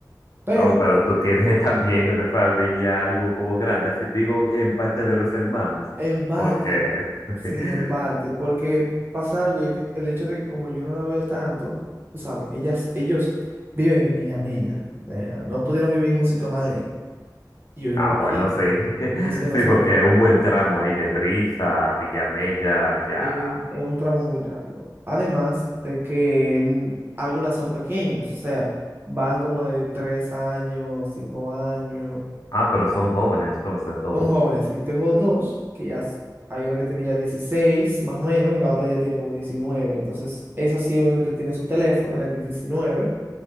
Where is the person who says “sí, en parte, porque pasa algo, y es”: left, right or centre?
Right